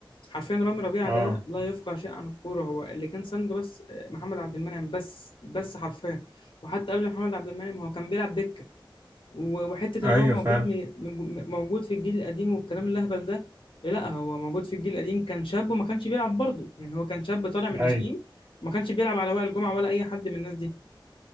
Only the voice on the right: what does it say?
اه
ايوه
فعلا
ايوه